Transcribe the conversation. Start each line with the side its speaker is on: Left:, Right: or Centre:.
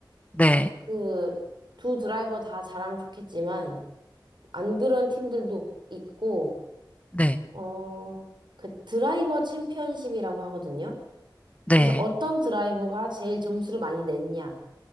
Left: 네,
Right: 그 두 드라이버 다 잘하면 좋겠지만 안 그런 팀들도 있고
Left: 네,
Right: 어 그 드라이버 챔피언십이라고 하거든요.
Left: 네.
Right: 그래서 어떤 드라이버가 제일 점수를 많이 냈냐